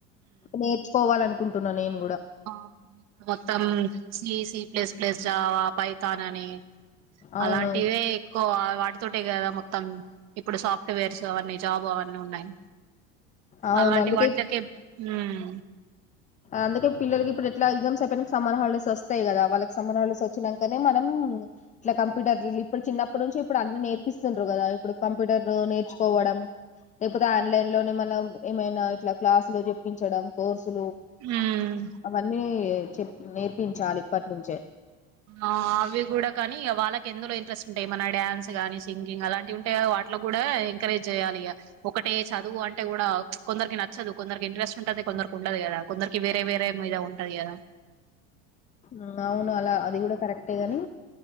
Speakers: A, on the left (about 20°); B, on the right (about 50°).
A: నేర్చుకోవాలన్కుంటున్న నేన్
B: ఆ ఇప్పుడు మొత్తమ్ C, C plus plus, Java, పైతానని
A: అవును
B: అలాంటివే ఎక్కువా వాటితోటె గదా మొత్తం ఇప్పుడు సాఫ్ట్వేర్స్ అవన్ని జాబు అవన్ని ఉన్నాయ్.
A: అవును
B: అలాంటి
A: అందుకే
B: <unintelligible> ఉమ్
A: అందుకె పిల్లల్ గిప్పుడిట్ల ఎగ్జమ్స్ అయ్పొయ్నింక సమ్మర్ హాల్డేసొస్తయ్ గదా వాళ్ళక్ సమ్మర్ హాల్డేసొచ్చినంకనే మనం ఉమ్ ఇట్ల కంప్యూటర్లిల్ ఇప్పుడ్ చిన్నప్పుడ్ నుంచి ఇప్పుడన్ని నేర్పిస్తుండ్రు గదా ఇప్పుడు కంప్యూటర్లు నేర్చుకోవా కొడం లేక్పొతె ఆన్లైన్లోనే మల్లవ్ ఏమైనా ఇట్ల క్లాసులు జెప్పించడం కోర్సులు.
B: మ్మ్
A: అవన్నీ చెప్ నేర్పించాలిప్పట్ నుంచె
B: ఆ అవ్వి గుడా కాని ఇగ వాళ్ళక్ ఎందులో ఇంట్రెస్టుంటయ్ ఏమన్న డ్యాన్స్ గాని సింగింగ్ అలాంటివుంటయ్ గద వా అట్ల గూడా ఎంకరేజ్ చేయ్యాలిగ ఒకటే చదువు అంటె గుడా ప్చ్ కొందర్కి నచ్చదు కొందర్కింట్రెస్టుంటది కొందర్కుండదు గదా కొందర్కి వేరే వేరే మీద ఉంటది గదా.
A: ఊమ్ ఔను అలా అది గుడా కరెక్టె గనీ